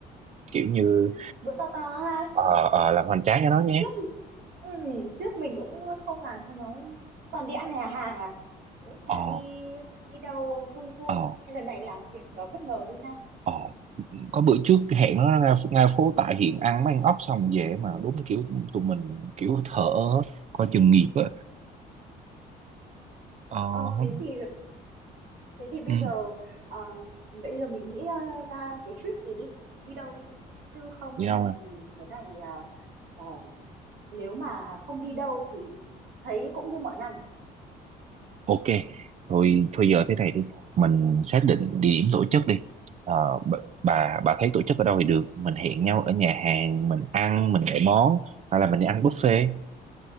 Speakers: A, on the right (about 40°); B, on the right (about 75°).
A: kiểu như
B: bữa to to ha
A: ờ ờ, làm hoành tráng cho nó nhé.
B: trước ừ, trước mình cũng không làm cho nó toàn đi ăn nhà hàng à cũng chả
A: ờ
B: đi đi đâu vui vui
A: ờ
B: hay lần này làm tiệc ờ, bất ngờ đi ha
A: ờ có bữa trước hẹn nó ra ra phố tại hiện ăn mấy ăn ốc xong về mà đúng kiểu tụi mình kiểu thở coi chừng nghiệp á ờ
B: ờ
A: không
B: thế thì thế thì bây
A: ừ,
B: giờ ờ, bây giờ mình nghĩ ờ, ra cái trip gì đi đi đâu đi chứ không
A: đi đâu
B: ờ,
A: rồi
B: thì cái này ờ, ờ, nếu mà không đi đâu thì thấy cũng như mọi năm à?
A: ok thôi thôi giờ thế này đi mình xác định địa điểm tổ chức đi ờ, b- bà bà thấy tổ chức ở đâu thì được mình hẹn nhau ở nhà hàng mình ăn mình gọi món hay là mình đi ăn buffet